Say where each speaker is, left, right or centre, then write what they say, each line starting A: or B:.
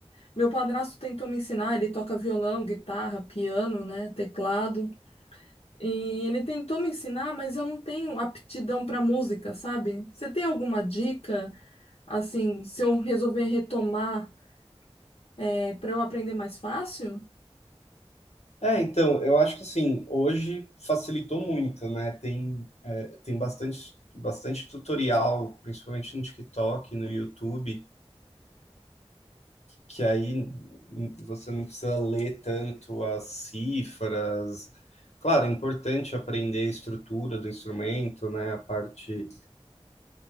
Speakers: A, on the left; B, on the left.
A: Meu padrasto tentou me ensinar, ele toca violão, guitarra, piano, né, teclado. E ele tentou me ensinar, mas eu não tenho aptidão pra música, sabe? Você tem alguma dica, assim, se eu resolver retomar, é, para eu aprender mais fácil?
B: É, então, eu acho que assim, hoje facilitou muito, né? Tem, é, tem bastante, bastante tutorial, principalmente no TikTok, no YouTube, que aí n- você não precisa ler tanto as cifras. Claro, é importante aprender a estrutura do instrumento, né? A parte,